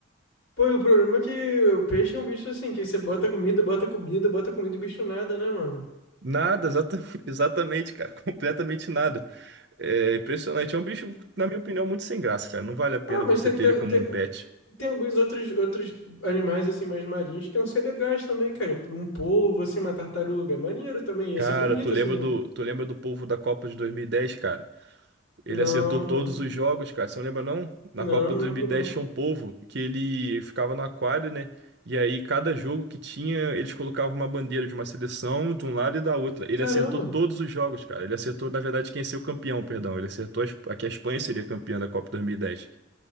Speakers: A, on the left (about 75°); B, on the right (about 55°).
A: Pô, e o problema é que o peixe é um bicho assim, que você bota comida, bota comida, bota comida e o bicho nada, né, mano?
B: Nada, exata- <laughs> exatamente, cara, completamente nada. É impressionante. É um bicho,
A: Hum.
B: na minha opinião, muito sem graça, cara. Não vale a pena
A: Ah, mas
B: você
A: tem,
B: ter
A: tem,
B: ele como
A: tem,
B: um pet.
A: tem alguns outros, outros animais, assim, mais marinhos que iam ser legais também, cara. Um polvo, assim, uma tartaruga. é Maneiro também. Ia
B: Cara,
A: ser bonito,
B: tu lembra
A: assim, não.
B: do, tu lembra do povo da Copa de 2010, cara?
A: Não,
B: Ele acertou todos
A: não.
B: os jogos, cara. Você não lembra, não? Na
A: Não,
B: Copa
A: não
B: de 2010
A: lembro, não.
B: tinha um povo que ele ficava no aquário, né? E aí, cada jogo que tinha, eles colocavam uma bandeira de uma seleção de um lado e da outra. Ele
A: Caramba.
B: acertou todos os jogos, cara. Ele acertou, na verdade, quem ia ser o campeão, perdão. Ele acertou a, Esp- que a Espanha seria campeã da Copa 2010.